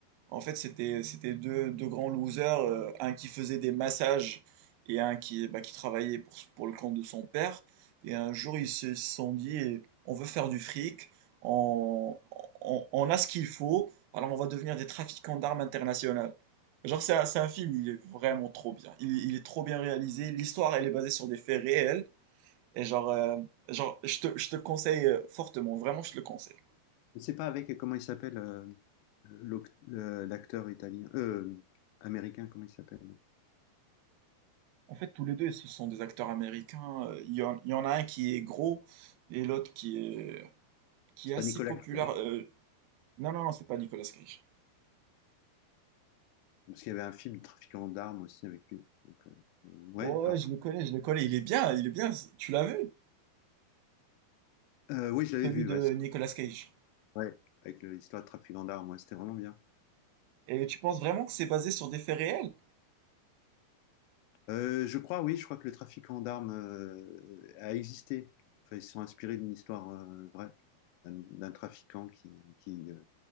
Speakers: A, on the right (about 75°); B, on the left (about 85°).
A: En fait, c'était c'était deux, deux grands losers, euh, un qui faisait des massages et un qui, bah, qui travaillait pour, pour le compte de son père. Et un jour, ils se sont dit, eh, on veut faire du fric, on, on, on a ce qu'il faut, alors on va devenir des trafiquants d'armes internationales. Genre, c'est un, c'est un film, il est vraiment trop bien. Il, il est trop bien réalisé. L'histoire, elle est basée sur des faits réels. Et genre, euh, genre je te, je te conseille euh, fortement, vraiment, je te le conseille.
B: Je sais pas avec comment il s'appelle euh, l'oc- le- l'acteur italien, euh, américain, comment il s'appelle.
A: En fait, tous les deux, ce sont des acteurs américains. Euh, Il y en, il y en a un qui est gros et l'autre qui est, qui
B: C'est
A: est
B: pas
A: assez
B: Nicolas
A: populaire.
B: Cage,
A: Euh, Non, non, non, c'est pas Nicolas Cage.
B: parce qu'il y avait un film Trafiquant d'armes aussi avec lui. Donc, euh, euh, ouais,
A: Oh,
B: alors,
A: ouais, je le connais, je le connais. Il est bien, il est bien. Tu l'as vu?
B: euh, oui, je
A: Celui
B: l'avais vu,
A: de
B: ouais, c'est-
A: Nicolas Cage.
B: ouais, avec le- l'histoire de Trafiquant d'armes, ouais, c'était vraiment bien.
A: Et tu penses vraiment que c'est basé sur des faits réels?
B: Euh, je crois, oui, je crois que le Trafiquant d'armes euh, a existé. Enfin, ils se sont inspirés d'une histoire euh, vraie, d'un d'un trafiquant qui, qui, euh,